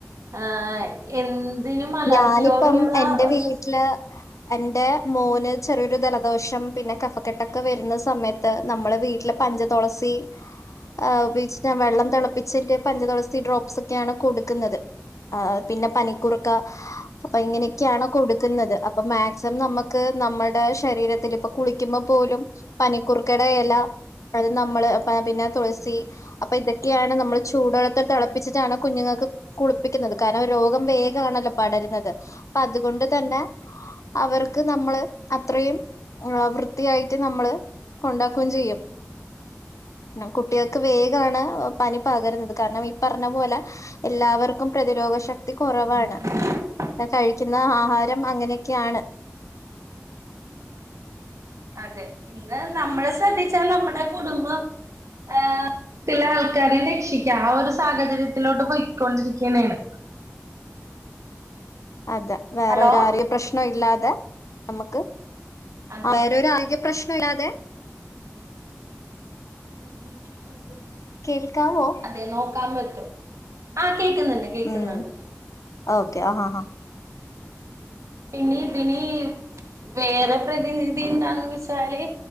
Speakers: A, on the right (about 75°); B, on the left (about 75°).
A: ആഹ് എന്തിനും അലർജിയോടുള്ള
B: ഞാനിപ്പം
A: ഒരു.
B: <unintelligible> എന്റെ മോന് ചെറിയൊരു ജലദോഷം പിന്നെ. കഫക്കെട്ടൊക്കെ വരുന്ന സമയത്ത് നമ്മളവീട്ടില് പഞ്ചതുളസി ആഹ് <unintelligible> വെള്ളം തിളപ്പിചിട്ട് പഞ്ചതുളസി ഡ്രോപ്സ് ക്കാണ് കൊടുക്കുന്നത് പിന്നെ പനിക്കുറുക്ക അപ്പ ഇങ്ങനെയൊക്കെയാണ് കൊടു ക്കുന്നത് അപ്പൊ മാക്സിമം നമുക്ക് നമ്മുടെ ശരീരത്തിലപ്പൊ കുളിക്കുമ്പോ പോലും പനിക്കുർക്കട ഇല അത് നമ്മള് പിന്നെ തുളസി അപ്പൊ ഇതൊക്കെയാണ് നമ്മള് ചൂടുള്ളത്തി തളപ്പിച്ചിട്ടാണ് കുഞ്ഞുങ്ങക്ക് കുളിപ്പിക്കുന്നത് കാരണം രോഗം വേ പടരുന്നത് അപ്പതുകൊണ്ട് തന്നെ അവർക്ക് നമ്മള് അത്രയും ആ വൃത്തിയായിട്ട് നമ്മള് കൊണ്ടാക്കും ചെയ്യും. കുട്ടേക്ക് വേഗാണ് പനി പകരുന്നത് കാരണം പറഞ്ഞ പോലെ എല്ലാവർക്കും പ്രതിരോധ ശക്തി കുറവാണ്
A: <inaudible>
B: കഴിക്കുന്ന ആഹാരം അങ്ങനെയൊക്കെയാണ്.
A: അതെ ഇന്ന് നമ്മള് ശ്രദ്ധിച്ചാ നമ്മുടെ കുടുംബം ഏഹ് പിന്നെ ആൾക്കാരേം രക്ഷിക്കാ ആ ഒരു സാഹചര്യത്തിലോട്ട് പോയിക്കൊണ്ടിരിക്കുണേണ് <unintelligible>
B: അതെ വേറെ
A: ഹലോ
B: ഒരാളും പ്രശ്നം ഇല്ലാതെ നമ്മുക്ക്
A: അതെ
B: വേറെ ഒരു ആരോഗ്യ പ്രശ്നല്ലാതെ
A: <unintelligible>
B: കേൾക്കാവോ?
A: അതെ നോക്കാം പറ്റും, ആ കേക്കുന്നുണ്ട്. കേക്കുന്നുണ്ട്
B: ഉം, ഓക്കെ ആഹാഹാ.
A: പിന്നെ ഇതിന് വേറെ പ്രതിനിധി എന്താന്ന് വെച്ചാല്